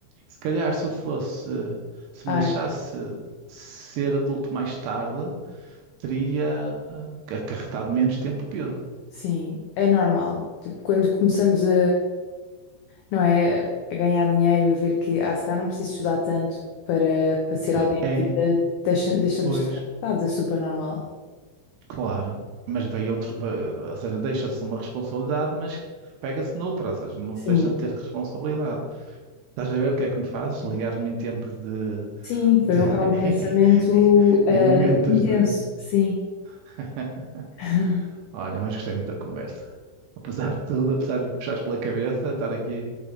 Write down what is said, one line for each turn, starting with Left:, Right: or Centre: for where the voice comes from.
Right: Se calhar se eu fosse, se
Left: Ah,
Right: me deixasse ser adulto mais tarde, teria eh, acarretado menos tempo peso.
Left: sim. É normal. Tipo, quando começamos a, não é? A ganhar dinheiro, e a ver que, ah, se calhar não preciso estudar tanto para, para ser alguém
Right: Sim, É,
Left: na vida, deixa, deixamos
Right: pois,
Left: de ganhar, dados, é super normal.
Right: claro. Mas veio outro, eh, ou seja, deixa-se uma responsabilidade, mas pega-se noutra, ou seja, não
Left: Sim,
Right: se deixa
Left: eu-
Right: de ter responsabilidade. Estás a ver o que é que me fazes?
Left: sim.
Right: Ligares-me em tempos de
Left: Sim,
Right: de-
Left: foi um, é
Right: <laughs>
Left: um pensamento eh,
Right: em momentos
Left: intenso,
Right: de.
Left: sim,
Right: <laughs>
Left: <laughs>
Right: Olha, mas gostei muito da conversa. Apesar de tudo, apesar de me puxares pela cabeça, estar aqui